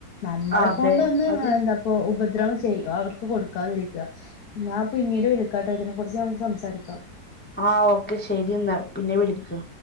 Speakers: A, on the left (about 60°); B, on the left (about 15°).
A: നമ്മളെ
B: അതെ
A: കൊണ്ടൊന്ന്
B: അത്
A: എന്താപ്പൊ ഉപദ്രവം ചെയ്യ് അവർക്ക് കൊടുക്കാതിരിക്കുക ഞാൻ പിന്നീട് വിളിക്കാട്ടോ ഇതിനെ കുറിച്ച് നമുക്ക് സംസാരിക്കാം
B: ആ ഓക്കെ ശരിയെന്നാ പിന്നെ വിളിക്ക്